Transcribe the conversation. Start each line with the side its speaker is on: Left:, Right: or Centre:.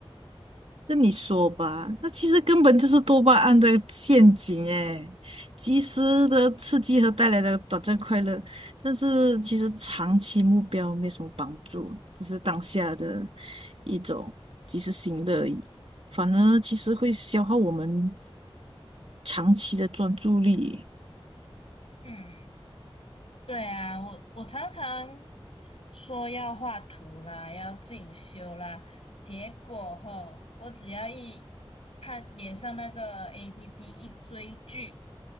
Right: 那你说吧，那其实根本就是多巴胺的陷阱诶，及时的刺激和带来的短暂快乐，但是其实长期目标没什么帮助，只是当下的一种及时行乐而已，反而其实会消耗我们长期的专注力。
Left: 嗯，对啊，我我常常说要画图啦，要进修啦，结果吼，我只要一看脸上那个 APP 一追剧，